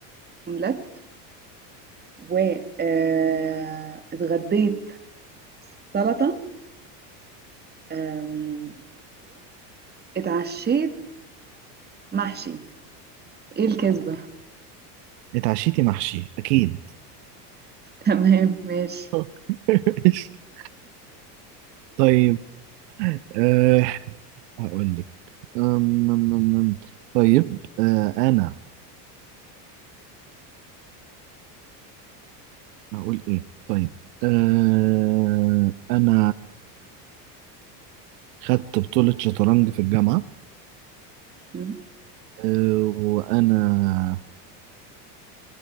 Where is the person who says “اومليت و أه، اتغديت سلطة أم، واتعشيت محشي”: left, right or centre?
Right